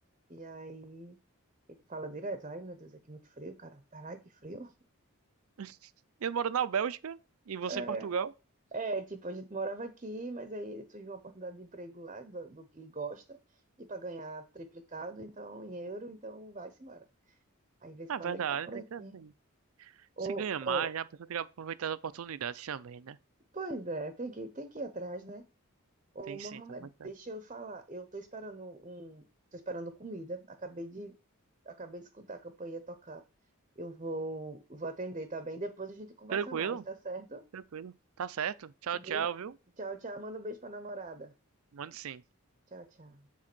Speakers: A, on the right; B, on the right.
A: E aí ele fala direto: Ai, meu Deus, aqui é muito frio, cara. Caralho, que frio.
B: <laughs> Eu moro na Bélgica e você
A: É.
B: em Portugal.
A: É, tipo, a gente morava aqui, mas aí surgiu uma oportunidade de emprego lá, do, do que ele gosta, e para ganhar triplicado, então, em euro, então vai-se embora. Aí, de vez
B: Ah,
A: em quando,
B: verdade,
A: ele tá por
B: tem
A: aqui.
B: que ser assim.
A: Ô,
B: Se ganha mais,
A: ô,
B: né? A pessoa tem que aproveitar as oportunidades também, né?
A: pois é, tem que, tem que ir atrás, né? Ô,
B: Tem
A: Mohamed,
B: sim, tá mais certo.
A: deixa eu falar, eu tô esperando um, tô esperando comida, acabei de, acabei de escutar a campainha tocar. Eu vou, vou atender, tá bem? Depois a gente conversa
B: Tranquilo?
A: mais, tá certo?
B: Tranquilo. Tá certo. Tchau, tchau,
A: Viu?
B: viu?
A: Tchau, tchau, manda um beijo pra namorada.
B: Mande sim.
A: Tchau, tchau.